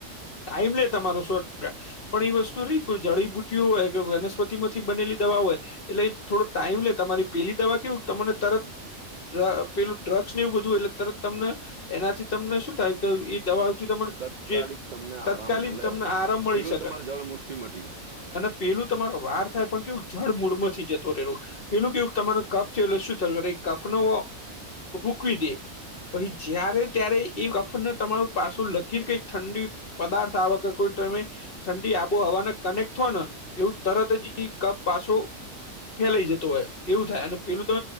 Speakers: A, on the left (about 45°); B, on the right (about 80°).
A: ટાઈમ લે તમારો સો પણ એ વસ્તુ રહી કોઈ જળીબુટીઓ હોય કે વનસ્પતિ માંથી બનેલી દવા હોય એટલે થોડો ટાઈમ લે તમારી પેલી દવા કેવું તમને તરત ડ પેલું ડ્રગ્સ ને એવું બધું એટલે તરત તમને એનાથી તમને શું થાય કે દવાથી તને
B: તત્કાલિક
A: જે
B: તમને
A: તત્કાલીન
B: આરામ મળે
A: તમને આરામ મળી
B: પેલું
A: શકે
B: તમારે જળ મુઠથી મટી જાય
A: અને પેલું તમારો વાર થાય પણ કેવું જડ મૂળમાંથી જત તો પેલું કેવું તમારુ કફ છે એટલે શું થ કફ નો રોકવી દે પછી જય્યારે ત્યારે એ કફને તમારું પાછું લકીર કઈક ઠંડી પદાર્થ આ વખર કોઈ તમે ઠંડી આબોહવાને કનેક્ટ થો ને એવું તરત જ કફ પાસો ફેલાઈ જતું હોય એવું થાય અને પેલું તો